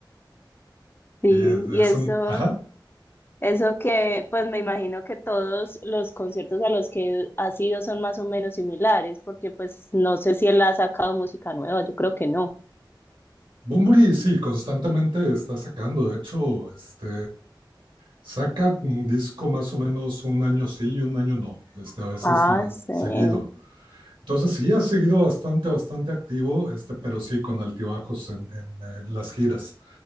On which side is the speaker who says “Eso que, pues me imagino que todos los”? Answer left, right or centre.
Left